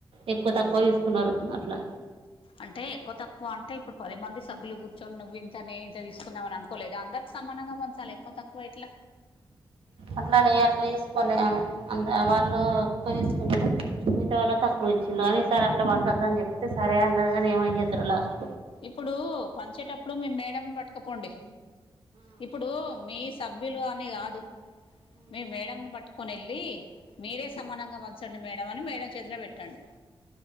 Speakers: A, on the right; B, on the left.
A: ఎక్కువ తక్కువ
B: ఉమ్.
A: తీసుకున్నారు అట్లా
B: అంటే ఎక్కువ తక్కువ అంటే ఇప్పుడు పది మంది సభ్యులు కూర్చొని నువ్వు ఇంతనే తీసుకుందామని అనుకోలేదు అందరికి సమానంగా పంచాలి ఎక్కువ తక్కువ ఎట్ల
A: అట్లనే అట్లా తీసుకోలే ఆమె అంత వాళ్ళు ఎక్కువ తీసుకుంటారు మిగతా వాల్లకు తక్కువ ఇచ్చింది కానీ ఈ సారి అట్ల పంచద్దని చెప్పితే సరే అన్నది కానీ ఏమో ఏం చేస్తారు లాస్ట్
B: ఇప్పుడు పంచేటప్పుడు మీ మేడం బట్టుకపోండి ఇప్పుడు మీ సభ్యులు అని కాదు మీ మేడని పట్టుకుని ఏ వెళ్ళి మీరే సమానంగా పంచండి మేడం అని మేడం చేతిలో పెట్టండి